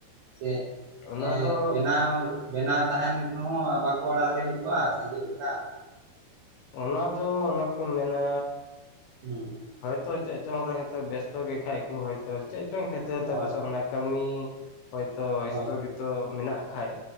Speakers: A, on the right; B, on the left.
A: ᱪᱮᱜ?
B: ᱚᱱᱟ
A: ᱮᱸᱜ
B: ᱫᱚ
A: ᱵᱮᱱᱟᱣ ᱵᱮᱱᱟᱣ ᱛᱟᱦᱮᱸᱱ ᱨᱮᱦᱚᱸ ᱵᱟᱠᱚ ᱟᱲᱟᱜ ᱞᱟᱹᱜᱤᱛᱚᱜᱼᱟ ᱥᱮ ᱪᱮᱫᱮᱠᱟ?
B: ᱚᱱᱟ ᱫᱚ ᱚᱱᱟ ᱠᱚ ᱢᱮᱱᱟ
A: ᱦᱩᱸ᱾
B: ᱦᱳᱭᱛᱚ ᱪᱮᱜ ᱪᱚ ᱨᱮᱦᱳᱭᱛᱚ ᱵᱮᱥᱛᱚ ᱜᱮ ᱠᱷᱟᱡ ᱠᱚ ᱦᱳᱭᱛᱳ ᱪᱮᱫ ᱪᱚᱝ ᱠᱷᱟᱹᱛᱟᱹᱨ
A: ᱦᱳᱭ
B: ᱛᱮ ᱯᱟᱥᱮ ᱚᱱᱟ ᱠᱟᱹᱢᱤ ᱦᱳᱭᱛᱳ
A: ᱦᱳᱭ
B: ᱮᱥᱛᱚᱜᱤᱛᱚ ᱢᱮᱱᱟᱜ ᱠᱷᱟᱡ